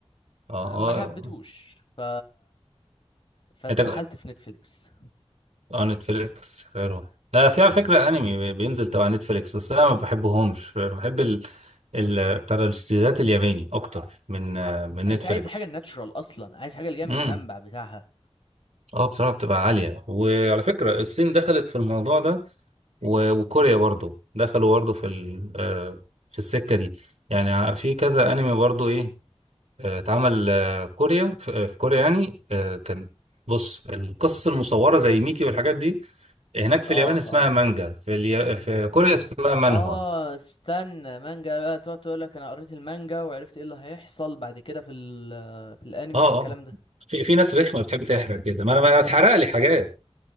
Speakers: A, on the right (about 80°); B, on the left (about 50°).
A: اه
B: أه، ما حبيتهوش
A: اه
B: ف فاتسحلت
A: انت
B: في نتفليكس
A: اه نتفليكس حلو آه في على فكرة انمي بينزل تبع نتفليكس بس انا ما بحبهمش بحب ال ال بتاع الاستديوهات الياباني اكتر من آه من نتفليكس
B: انت عايز الحاجة الناتشرال اصلا عايز حاجة اللي جاية من
A: امم
B: المنبع بتاعها
A: اه بصراحة بتبقى عالية وعلى فكرة الصين دخلت في الموضوع ده و- وكوريا
B: امم
A: برضو دخلوا برضو في ال آه في السكة دي يعني في كذا انمي برضو ايه آه، اتعمل آه، كوريا في آه، في كوريا يعني آه، كان بص القصص المصورة زي ميكي والحاجات دي هناك في
B: اه
A: اليابان اسمها
B: اه
A: مانجا في اليا... في كوريا اسمها مانهوا
B: اه استنى مانجا بقى تقعد تقول لك انا قريت المانجا وعرفت ايه اللي هيحصل بعد كده في ال في الانمي
A: اه
B: والكلام
A: اه
B: ده
A: في في ناس رخمه بتحب تحرق كده ما انا ما اتحرق لي حاجات